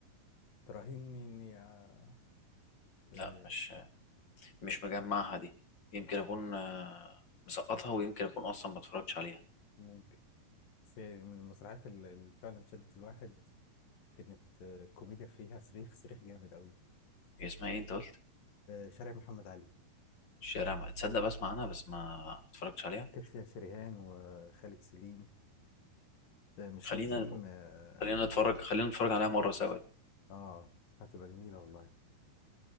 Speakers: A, on the left; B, on the left.
A: تراهني إني آه، آه،
B: لا مش مش مجمعها دي يمكن اكون آه، مسقطها ويمكن اكون اصلا ما اتفرجتش عليها
A: ممكن بس يعني من المسرحيات اللي اللي فعلا شدت الواحد كانت آه، الكوميديا فيها صريخ صريخ جامد قوي
B: هي اسمها ايه انت قلت
A: شارع محمد علي
B: الشارع ما تصدق بسمع عنها بس ما ما اتفرجتش عليها
A: كانت فيها شريهان وخالد سليم آه، مش
B: خلينا
A: خالد سليم اه
B: خلينا نتفرج خلينا نتفرج عليها مرة سوا دي
A: آه، هتبقى جميلة والله